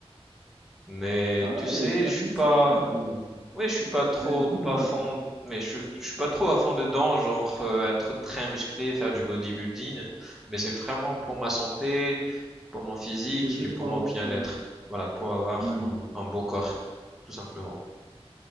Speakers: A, in the centre; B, on the right.
A: Mais
B: Ah
A: tu
B: ouais,
A: sais,
B: t'es
A: je
B: un
A: suis pas...
B: ancien, toi.
A: Ouais, je suis pas trop
B: T'es un gym
A: pas
B: rat.
A: fan, mais je, suis- je suis pas trop à fond dedans, genre euh, être très musclé, faire du bodybuilding, mais c'est vraiment pour ma santé, pour mon physique
B: Tu fais juste
A: et pour
B: pour
A: mon
B: avoir.
A: bien-être.
B: euh,
A: Voilà, pour avoir
B: Ouais.
A: un, un beau corps, tout simplement.